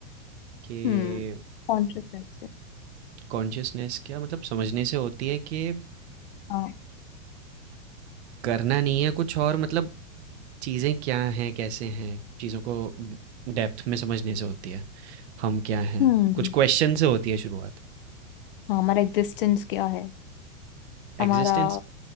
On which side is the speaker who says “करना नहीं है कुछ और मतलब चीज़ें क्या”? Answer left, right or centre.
Right